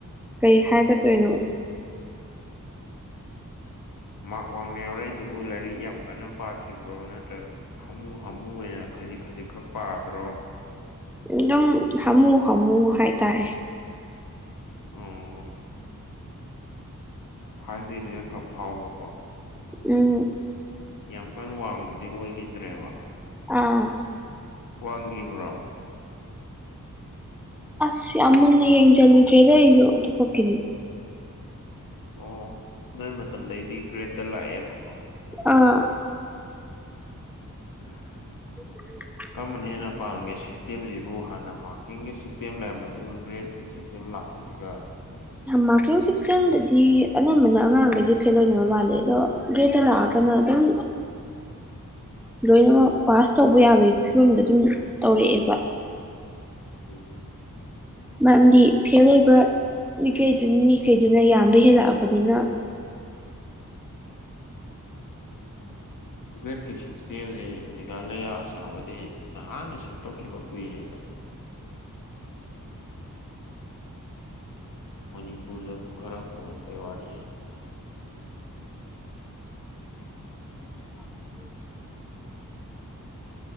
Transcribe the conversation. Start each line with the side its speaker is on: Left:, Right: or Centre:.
Centre: ꯀꯩ ꯍꯥꯏꯒꯗꯣꯏꯅꯣ <inaudible>
Left: ꯃꯥꯛ ꯋꯥꯡꯅ ꯌꯥꯎꯔꯛꯏ ꯑꯗꯨꯕꯨ ꯂꯥꯏꯔꯤꯛ ꯌꯥꯝ ꯀꯟꯅ ꯄꯥꯈꯤꯕ꯭ꯔꯣ ꯅꯠꯇ꯭ꯔꯒ ꯍꯥꯃꯨ ꯍꯥꯃꯨ ꯑꯣꯏꯅ ꯈꯖꯤꯛ ꯈꯖꯤꯛ ꯈꯛ ꯄꯥꯕ꯭ꯔꯣ
Centre: ꯑꯗꯨꯝ ꯍꯥꯝꯃꯨ ꯍꯥꯃꯨ ꯍꯥꯏꯇꯥꯔꯦ
Left: ꯎꯝꯃ ꯐꯥꯔꯁ ꯗꯦꯗꯤ ꯅꯪꯅ ꯊꯣꯛ ꯁꯥꯎꯔꯣꯀꯣ
Centre: ꯎꯝ
Left: ꯌꯥꯝ ꯀꯟꯅ ꯋꯥꯡꯕꯗꯤ ꯑꯣꯏꯒꯤꯗ꯭ꯔꯦꯕ
Centre: ꯑꯥ
Left: ꯋꯥꯡꯒꯤꯕ꯭ꯔꯣ
Centre: ꯑꯁ ꯌꯥꯝ ꯃꯨꯟꯅ ꯌꯦꯡꯖꯟꯂꯨꯗ꯭ꯔꯦꯗ ꯑꯩꯖꯨ ꯑꯗꯨꯕꯣꯛꯀꯤꯗꯤ
Left: ꯑꯣ ꯅꯣꯏ ꯃꯇꯝꯗꯩꯗꯤ ꯒ꯭ꯔꯦꯠꯇ ꯂꯥꯛꯑꯦꯕꯀꯣ
Centre: ꯑꯥ
Left: <unintelligible>
Centre: <unintelligible>
Left: ꯀꯔꯝꯕꯅ ꯍꯦꯟꯅ ꯄꯥꯝꯒꯦ ꯁꯤꯁꯇꯦꯝꯖꯤꯕꯨ ꯍꯥꯟꯅ ꯃꯥꯔꯀꯤꯡꯒꯤ ꯁꯤꯁꯇꯦꯝ ꯂꯩꯔꯝꯕꯗꯨꯒ ꯒ꯭ꯔꯦꯗ ꯁꯤꯁꯇꯦꯝ ꯂꯥꯛꯄꯁꯤꯒ
Centre: ꯃꯥꯔꯀꯤꯡ ꯁꯤꯁꯇꯦꯝꯗꯗꯤ ꯑꯅꯝꯕꯅ ꯑꯉꯥꯡꯒꯩꯖꯦ ꯐꯦꯜ ꯑꯣꯏꯅꯕ ꯃꯥꯜꯂꯦ ꯑꯗꯣ ꯭ꯒꯔꯦꯗꯇ ꯂꯥꯛꯑꯒꯅ ꯑꯗꯨꯝ ꯂꯣꯏꯅꯃꯛ ꯄꯥꯁ ꯇꯧꯕ ꯌꯥꯕꯒꯤ ꯐꯤꯕꯝꯗ ꯑꯗꯨꯝ ꯇꯧꯔꯛꯑꯦꯕ
Left: ꯎꯝ
Centre: ꯃꯔꯝꯗꯤ ꯐꯦꯜ ꯑꯣꯏꯕ ꯃꯤꯀꯩꯗꯨ ꯃꯤꯒꯩꯗꯨꯅ ꯌꯥꯝꯕ ꯍꯦꯜꯂꯛꯑꯕꯅꯤꯅ
Left: ꯒ꯭ꯔꯦꯗꯀꯤ ꯁꯤꯁꯇꯦꯝꯖꯦ ꯃꯦꯘꯂꯌꯥ ꯑꯁꯥꯝ ꯍꯣꯢꯗꯤ ꯅꯍꯥꯟꯅ ꯁꯦꯝꯗꯣꯛꯈꯤꯕ ꯀꯨꯏꯔꯦꯗ ꯃꯅꯤꯄꯨꯔꯗꯕꯨ ꯈꯔ ꯀꯣꯟ ꯕꯩ ꯋꯥꯅꯤ
Centre: <inaudible>